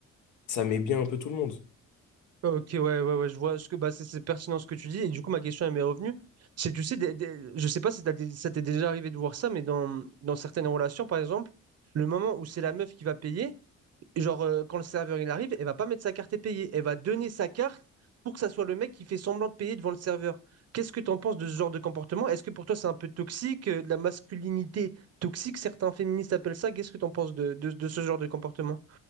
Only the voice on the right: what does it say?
Ok, ouais, ouais, ouais, je vois ce que bah, c'est c'est pertinent ce que tu dis. Et du coup, ma question elle m'est revenue. C'est, tu sais, des- des- je sais pas si t'as dé- ça t'est déjà arrivé de voir ça, mais dans, dans certaines relations, par exemple, le moment où c'est la meuf qui va payer, genre euh, quand le serveur il arrive, elle va pas mettre sa carte et payer. Elle va donner sa carte pour que ça soit le mec qui fait semblant de payer devant le serveur. Qu'est-ce que t'en penses de ce genre de comportement? Est-ce que pour toi c'est un peu toxique, euh, de la masculinité toxique, certains féministes appellent ça. Qu'est-ce que t'en penses de, de, de ce genre de comportement?